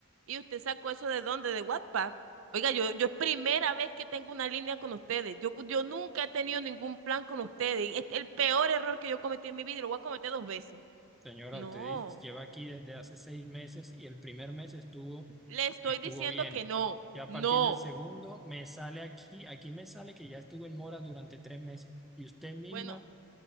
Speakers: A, on the right (about 65°); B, in the centre.
A: y usted sacó eso de dónde, de WhatsApp. Oiga, yo, yo es primera vez que tengo una línea con ustedes. Yo, yo nunca he tenido ningún plan con ustedes. Es el peor error que yo cometí en mi vida y lo voy a cometer dos veces.
B: Señora,
A: No,
B: usted lleva aquí desde hace seis meses y el primer mes estuvo,
A: le estoy
B: estuvo
A: diciendo
B: bien.
A: que no,
B: Ya a
A: no.
B: partir del segundo me sale aquí, aquí me sale que ya estuve en mora durante tres meses y usted misma
A: Bueno,